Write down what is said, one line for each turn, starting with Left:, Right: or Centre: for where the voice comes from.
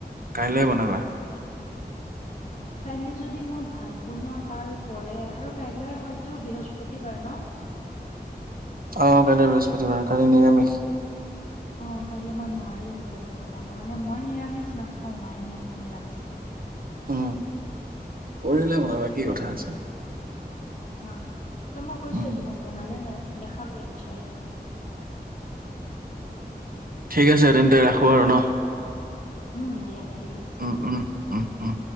Right: কাইলৈ বনাবা
Left: কাইলৈ যদি মোৰ ভাত বনোৱা পাল পৰে আৰু কাইলৈ হয়তো বৃহস্পতিবাৰ ন।
Right: আহ কাইলৈ বৃহস্পতিবাৰে কালি নিৰামিষ।
Left: অ কাইলৈ মই নোৱাৰিম কণী বনাব মানে মই নিৰামিষ নাখাওঁ মায়ে নাই নিৰামিষ খাই।
Right: উম পৰহিলে বনাবা
Left: সেইকাৰণে
Right: কি কথা আছে।
Left: অ ত মই কৈছোে
Right: উম।
Left: তোমাক বনালে নে দেখাম নিশ্চয়
Right: ঠিক আছে তেন্তে ৰাখো আৰু ন।
Left: উম দিয়া ঠিক আছে।
Right: উম, উম, উম উম